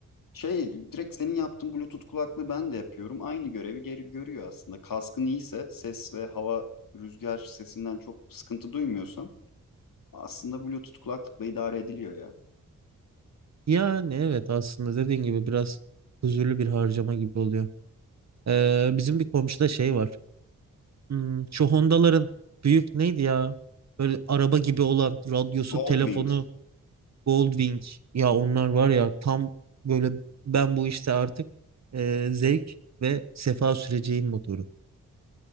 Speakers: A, on the left (about 75°); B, on the right (about 50°).
A: şey direkt senin yaptığın Bluetooth kulaklığı ben de yapıyorum. Aynı görevi geri görüyor aslında. Kaskın iyiyse ses ve hava rüzgar sesinden çok sıkıntı duymuyorsan aslında Bluetooth kulaklıkla idare ediliyor ya.
B: Yani evet aslında dediğin gibi biraz huzurlu bir harcama gibi oluyor. Ee, bizim bir komşuda şey var. Hmm, şu Honda'ların büyük neydi ya? Böyle araba gibi olan radyosu,
A: Goldwing.
B: telefonu, Goldwing. Ya onlar var ya tam böyle ben bu işte artık e, zevk ve sefa süreceğin motoru.